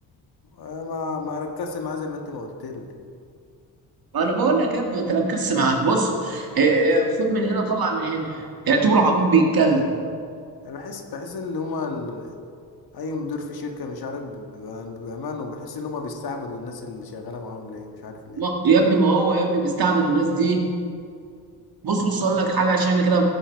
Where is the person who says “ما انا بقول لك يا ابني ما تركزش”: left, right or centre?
Right